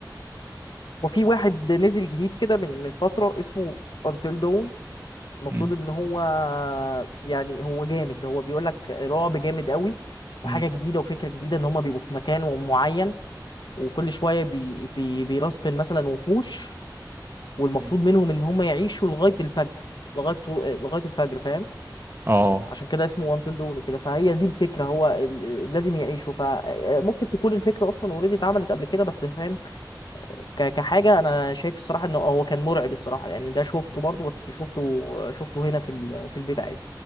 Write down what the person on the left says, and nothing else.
وفي واحد نزل جديد كده من من فتره اسمه Until Dawn المفروض
ان هو يعني هو جامد هو بيقول لك رعب جامد قوي
وحاجه جديده وفكره جديده ان هما بيبقوا في مكان معين وكل شويه بي بي بيرسبن مثلا وحوش والمفروض
منهم ان هم يعيشوا لغايه الفجر لغايه طلوع لغايه الفجر فاهم
عشان كده اسمه وانتل دون وكده فهي دي الفكره هو ال- لازم يعيشوا فممكن تكون الفكره اصلا اوريدي اتعملت قبل كده بس فاهم ك- كحاجه انا شايف الصراحه انه هو كان مرعب الصراحه يعني ده شفته برضه بس شفته شفته هنا في ال- في البيت عادي